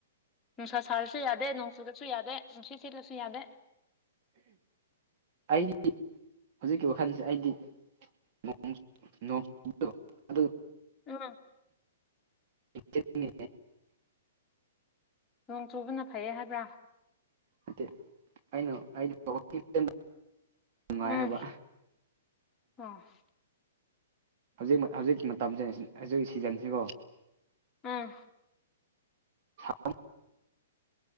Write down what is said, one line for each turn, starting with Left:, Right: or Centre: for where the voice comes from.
Left: ꯅꯨꯡꯁꯥ ꯁꯥꯔꯁꯨ ꯌꯥꯗꯦ ꯅꯣꯡ ꯆꯨꯔꯁꯨ ꯌꯥꯗꯦ ꯅꯨꯡꯁꯤꯠ ꯁꯤꯠꯂꯁꯨ ꯌꯥꯗꯦ
Right: ꯑꯩꯗꯤ ꯍꯧꯖꯤꯛꯀꯤ ꯋꯥꯈꯟꯁꯦ ꯑꯩꯗꯤ ꯅꯣꯡ ꯅꯣꯡ ꯑꯗꯨ
Left: ꯑ
Right: ꯅꯠꯇꯦ
Left: ꯅꯣꯡ ꯆꯨꯕꯅ ꯐꯩꯌꯦ ꯍꯥꯏꯕ꯭ꯔꯥ
Right: ꯅꯠꯇꯦ ꯑꯩꯅ ꯍꯥꯏꯗꯤ ꯋꯥꯀꯤꯡ ꯆꯦꯟꯕ ꯅꯨꯡꯉꯥꯏ
Left: ꯎꯝ
Right: ꯍꯥꯏꯕ
Left: <unintelligible>
Right: ꯍꯧꯖꯤꯛ ꯍꯧꯖꯤꯛꯀꯤ ꯃꯇꯝꯁꯦ ꯍꯧꯖꯤꯛ ꯁꯤꯖꯟꯁꯤꯀꯣ
Left: ꯎꯝ
Right: <unintelligible>